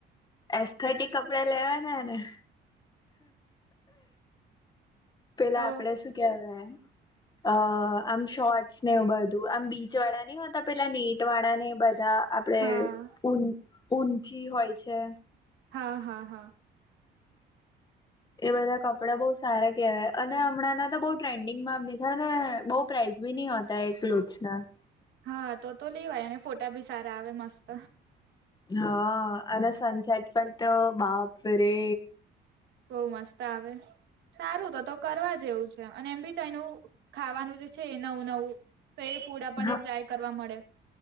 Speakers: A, on the left; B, on the right.
A: એસ્થેટિક કપડા લેવાના ને પેલા
B: તો
A: આપડે શું કેવાય અ આમ શોર્ટસ ને બધું આમ બીચ વાળા નહી હોતા પેલા નેટ વાળા ને બધા આપડે
B: હા
A: ઉન ઊનથી હોય છે.
B: હા હા હા
A: એ બધા કપડાં બઉ સારા કહેવાય અને હમણાંના તો બહુ ટ્રેન્ડિંગ માં બીજા ન બઉ પ્રાઇઝ ભી નહી હોતા <unintelligible> માં
B: હા તો તો લેવાય અને ફોટા ભી સારા આવે મસ્ત
A: હા અને સનસેટ પર તો બાપ રે
B: બવ મસ્ત આવે સારું તો તો કરવા જેવું છે અને એમ બી તો એનું ખાવાનું જે છે એ નવું નવું તો એ ફૂડ આપણને
A: હ
B: ટ્રાય કરવા મળે